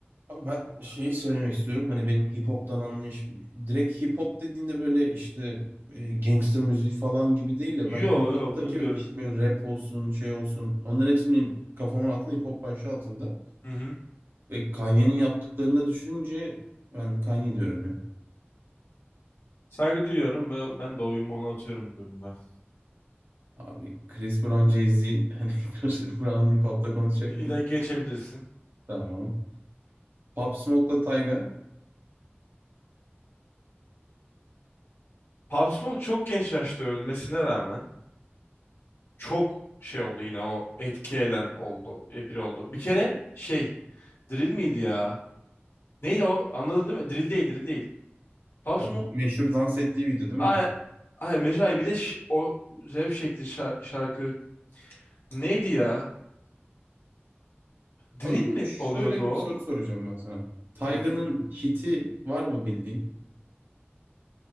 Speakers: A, on the right; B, on the left.
A: Abi ben şeyi söylemek istiyorum. Hani benim hip hop'tan anlayış direkt hip hop dediğinde böyle işte e, gangster müziği falan gibi değil de
B: Yo
A: ben hip hop'taki
B: yo benim de öyle.
A: işte böyle rap olsun, şey olsun onların hepsi benim kafamın altında hip hop başlığı altında.
B: Hı hı.
A: Ve Kanye'nin yaptıklarını da düşününce ben Kanye diyorum ya.
B: Saygı duyuyorum ve ben de oyumu ona atıyorum bu durumda.
A: Abi Chris Brown, Jay-Z <laughs> hani Chris Brown hip hop'ta konuşacak
B: Şimdi ile
A: mıyız?
B: geçebilirsin.
A: Tamam. Pop Smoke'la Tyga.
B: Pop Smoke çok genç yaşta ölmesine rağmen çok şey oldu yine o etki eden oldu. e, Biri oldu. Bir kere şey Drill miydi ya? Neydi o? Anladın değil mi? Drill değil, Drill değil. Pop
A: Ya meşhur dans ettiği video değil
B: Ay,
A: mi?
B: ay Mecai bir de ş- o rap şekli şa- şarkı neydi ya? Drill
A: Abi
B: mi
A: şöyle
B: oluyordu
A: bir
B: o?
A: soru soracağım ben sana. Tayga'nın
B: Hmm.
A: hiti var mı bildiğin?